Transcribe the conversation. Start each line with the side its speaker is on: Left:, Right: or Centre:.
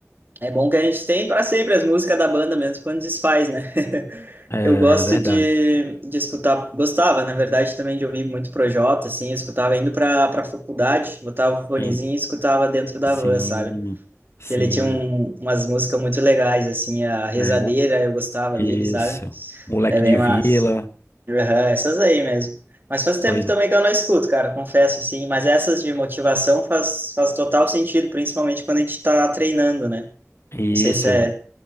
Right: é bom que a gente tem para sempre as músicas da banda, mesmo quando desfaz, né? <laughs>
Left: É,
Right: Eu gosto
Left: é verdade.
Right: de, de escutar, gostava, na verdade, também de ouvir muito Projota, assim, eu escutava indo para para faculdade, botava o fonezinho
Left: E-
Right: e escutava dentro da
Left: Sim,
Right: van, sabe?
Left: sim,
Right: Que ele tinha um, umas músicas muito legais, assim, a Rezadeira,
Left: né?
Right: eu gostava
Left: Isso.
Right: dele, sabe?
Left: Moleque
Right: É bem
Left: de
Right: massa.
Left: vila.
Right: Aham, essas aí mesmo. Mas faz tempo
Left: Pois
Right: também
Left: é.
Right: que eu não escuto, cara, confesso, assim, mas essas de motivação faz, faz total sentido, principalmente quando a gente tá treinando, né?
Left: Isso,
Right: Não sei se é...